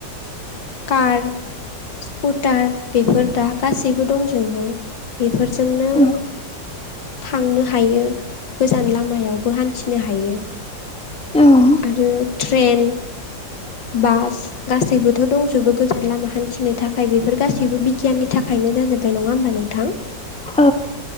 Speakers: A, on the left; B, in the centre.
A: कार स्कुटार बेफोर दा गासैबो दंजोबो बेफोरजोंनो
B: औ
A: थांनो हायो गोजान लामायावबो हान्थिनो हायो।
B: औ
A: आरो ट्रेन बास गासैबो थ' दंजोबो गोजान लामा हान्थिनो थाखाय बेफोर गासैबो बिगियाननि थाखायनो जाजोब्बाय नङा होमबा नोंथां?
B: औ